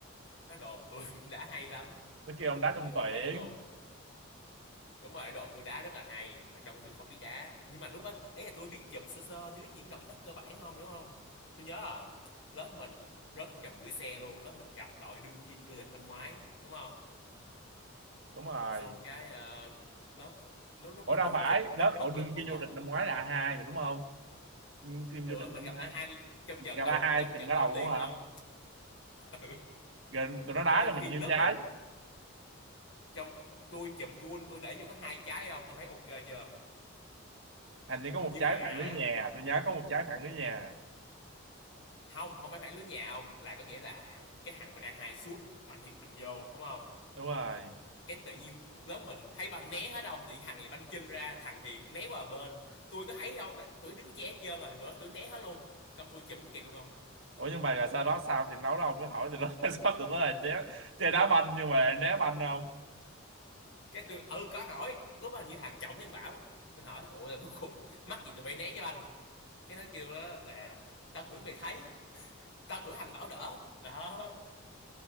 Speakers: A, on the left; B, on the right.
A: Nó đồn tôi <laughs> đá hay lắm.
B: Nó kêu ông đá trong
A: Tôi không
B: tuyển.
A: hiểu luôn. đúng rồi đồn tôi đá rất là hay mà trong khi tôi không biết đá nhưng mà lúc đó ấy là tôi biết chụp sơ sơ chứ biết những động tác cơ bản không hiểu không tôi nhớ là lớp mình rớt từ vòng gửi xe luôn lớp mình gặp đội đương kim vô địch năm ngoái đúng không
B: Đúng rồi.
A: xong cái ờ, lớp lúc lúc
B: Ủa
A: đó tôi
B: đâu phải,
A: chụp một
B: lớp
A: cách bất
B: ở
A: lực
B: đương
A: luôn
B: kim
A: không
B: vô địch năm ngoái là A2 mà đúng không? Đương kim
A: ừ
B: vô địch
A: mình
B: năm
A: gặp
B: ngoái.
A: a hai trong trận
B: Gặp
A: đầu
B: A2
A: trong
B: chừng
A: trận
B: ở
A: đầu
B: đầu luôn
A: tiên luôn
B: hả?
A: không <laughs> ừ.
B: Gần tụi nó đá
A: và trong
B: cho mình
A: khi
B: nhiêu
A: lớp
B: trái.
A: mình trong tôi chụp gôn tôi để vô có hai trái không ông thấy ok chưa
B: Hình như có một
A: nhưng
B: trái
A: mà
B: phản lưới nhà,
A: ờ,
B: tôi nhớ có một trái phản lưới nhà.
A: không không phải phản lưới nhà ông là có nghĩa là thằng cái thằng bên a 2 sút mạnh thiệt mạnh vô đúng không
B: Đúng rồi.
A: cái tự nhiên lớp mình thấy banh né hết ông tự nhiên thằng thì banh chân ra thằng thì né qua bên tôi có thấy đâu tại- tôi đứng che hết trơn rồi tụi nó tụi né hết luôn công tôi chụp không kịp luôn không
B: Ủa nhưng mà rồi sau đó sao trận đấu đó ông cứ hỏi tụi nó <laughs> sao tụi nó lại né chơi đá banh nhưng mà lại né banh không?
A: cái tôi ừ có hỏi lúc đó hình như thằng trọng nhân bảo tôi hỏi ủa là cuối cùng mắc gì tụi bay né cái banh cái nó kêu đó là tao tưởng mày thấy tao tưởng thằng bảo đỡ đó